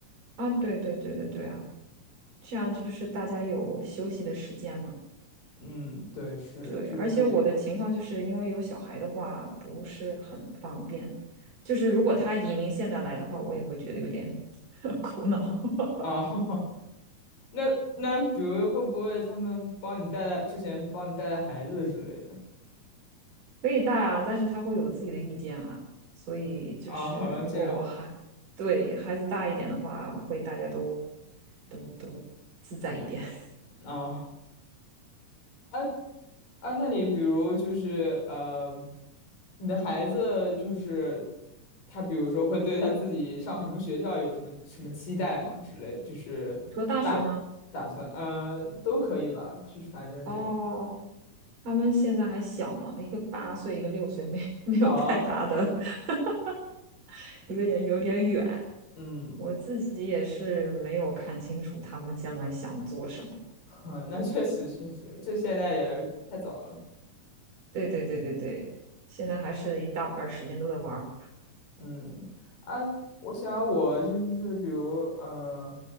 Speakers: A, on the right; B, on the left.
A: 啊，对对对对对啊。这样就是大家有休息的时间嘛。
B: 嗯，对，是的，
A: 对，
B: 就是
A: 而且我的情况就是因为有小孩的话不是很方便，就是如果他移民现在来的话，我也会觉得有点 <laughs> 苦恼。<laughs>
B: 啊，<laughs> 那那比如会不会他们帮你带带之前帮你带带孩子之类的
A: 可以带啊，但是他会有自己的意见啊，所以就是如果我孩对孩子大一点的话，
B: 啊？<laughs> 好像这样
A: 会大家都都都自在一点。<laughs>
B: 啊啊啊！那你比如就是呃，你的孩子就是他，比如说会对他自己上什么学校有什么什么期待吗？之类的，就是打打算嗯、
A: 你说大学吗？
B: 呃都可以吧，就是反正这样
A: 哦。他们现在还小呢，一个八岁，一个六岁，没 <laughs> 没有太大的，
B: 啊
A: <laughs> 有点有点远。
B: 嗯，
A: 我自己也是没有看清楚他们将来想做什么。
B: <laughs> 哼那确实确实，这现在也太早了。
A: 对对对对对，现在还是一大半儿时间都在玩儿。
B: 嗯啊，我想我就是比如，嗯、